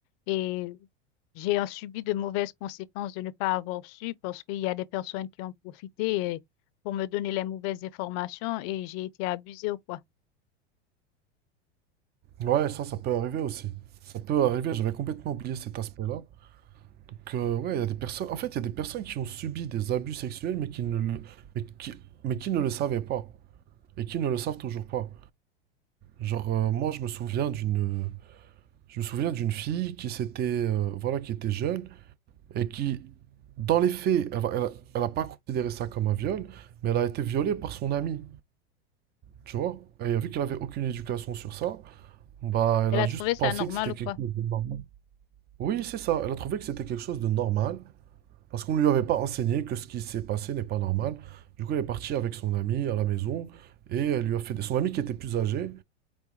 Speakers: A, on the left; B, on the right.
A: et j'ai en subi de mauvaises conséquences de ne pas avoir su parce qu'il y a des personnes qui ont profité euh, pour me donner les mauvaises informations et j'ai été abusée ou quoi.
B: Ouais, ça, ça peut arriver aussi. Ça peut arriver, j'avais complètement oublié cet aspect-là. Donc, euh, ouais, il y a des personnes, en fait, il y a des personnes qui ont subi des abus sexuels, mais qui ne le, mais qui, mais qui ne le savaient pas, et qui ne le savent toujours pas. Genre, euh, moi, je me souviens d'une, je me souviens d'une fille qui s'était, euh, voilà, qui était jeune, et qui, dans les faits, elle va- a- pas considéré ça comme un viol, mais elle a été violée par son ami, tu vois. Et vu qu'elle avait aucune éducation sur ça, bah, elle
A: Elle
B: a
A: a
B: juste
A: trouvé ça
B: pensé
A: normal
B: que c'était
A: ou
B: quelque
A: quoi?
B: chose de normal. Oui, c'est ça. Elle a trouvé que c'était quelque chose de normal parce qu'on ne lui avait pas enseigné que ce qui s'est passé n'est pas normal. Du coup, elle est partie avec son ami à la maison et elle lui a fait des... son ami qui était plus âgé